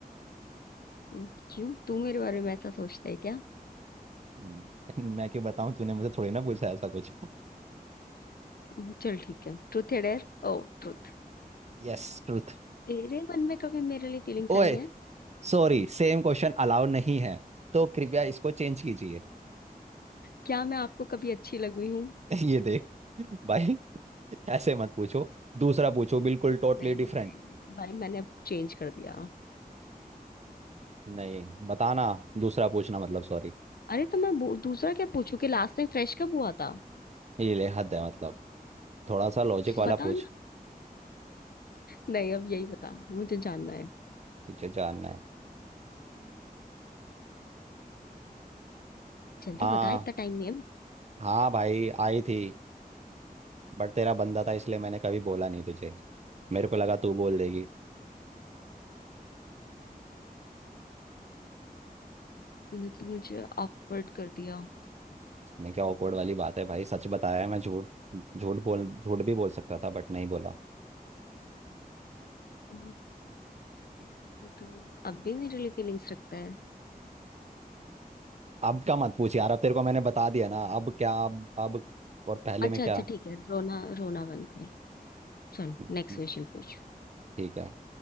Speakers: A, on the left (about 75°); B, on the right (about 45°).
A: हम्म, क्यों तू मेरे बारे में ऐसा सोचता है क्या
B: हम्म, <laughs> मैं क्यों बताऊँ तूने मुझे थोड़ी ना पूछा ऐसा कुछ
A: हम्म, चल ठीक है ट्रुथ है डेयर ओ ट्रुथ
B: Yes truth
A: तेरे मन में कभी मेरे लिए फीलिंग्स
B: ओए
A: आई हैं
B: सॉरी सेम क्वेश्चन अलाउड नहीं है तो कृपया इसको चेंज कीजिए
A: क्या मैं आपको कभी अच्छी लग हुई हूँ
B: <laughs> ये देख भाई ऐसे मत पूछो दूसरा पूछो बिल्कुल टोटली
A: नहीं
B: डिफरेंट
A: नहीं नहीं नहीं भाई मैंने अब चेंज कर दिया
B: नहीं बताना दूसरा पूछना मतलब सॉरी
A: अरे तो मैं बो- दूसरा क्या पूछूं कि लास्ट टाइम फ्रेश कब हुआ था
B: ये ले हद है मतलब थोड़ा सा लॉजिक वाला
A: बता
B: पूछ
A: ना नहीं अब यही बता मुझे जानना है
B: तुझे जानना है
A: जल्दी
B: हाँ
A: बता इतना टाइम नहीं है अभी।
B: हाँ भाई आई थी बट तेरा बंदा था इसलिए मैंने कभी बोला नहीं तुझे मेरे को लगा तू बोल देगी
A: तूने तो मुझे ऑकवर्ड कर दिया
B: मैं क्या awkward वाली बात है भाई सच बताया है मैं झूठ झूठ बोल झूठ भी बोल सकता था बट नहीं बोला
A: हम्म, तो तू अब भी मेरे लिए फीलिंग्स रखता है
B: अब का मत पूछ यार अब तेरे को मैंने बता दिया ना अब क्या अब अब और पहले
A: अच्छा
B: में क्या
A: अच्छा ठीक है रोना रोना बंद कर चल
B: ठीक
A: नेक्स्ट क्वेश्चन पूछ
B: है